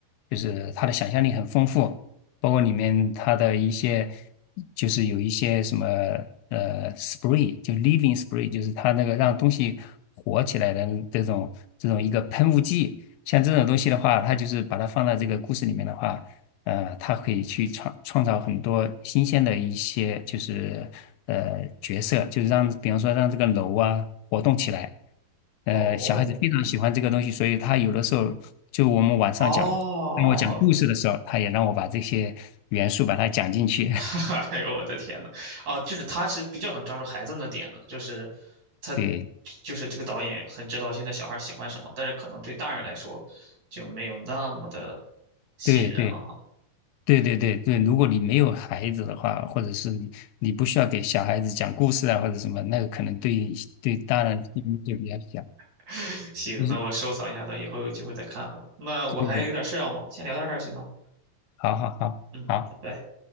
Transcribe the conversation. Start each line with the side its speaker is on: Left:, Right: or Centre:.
Left: 就是它的想象力很丰富，包括里面它的一些，就是有一些什么呃，spree 就 living spree，就是它那个让东西活起来的这种这种一个喷雾剂，像这种东西的话，它就是把它放到这个故事里面的话。呃，他可以去创创造很多新鲜的一些，就是呃角色，就是让，比方说让这个楼啊活动起来。呃，
Right: 哦，
Left: 小孩子非常喜欢这个东西，所以他有的时候就我们晚上讲，
Right: 哦，
Left: 让我讲故事的时候，他也让我把这些元素把它讲进去。
Right: <laughs>
Left: <laughs>
Right: 哎呦我的天呐，哦，就是他是比较能抓住孩子们的点的，就是他
Left: 对
Right: 就是这个导演很知道现在小孩喜欢什么，但是可能对大人来说就没有那么的吸引人了哈。
Left: 对对对对对对，如果你没有孩子的话，或者是你你不需要给小孩子讲故事啊，或者什么，那个可能对对大人意义就比较小。
Right: <laughs> 行，
Left: 就是
Right: 那我收藏一下，等以后有机会再看吧。那我还有点事要忙，
Left: 对，
Right: 先聊到这儿行吗？
Left: 好好好好。
Right: 嗯，拜拜。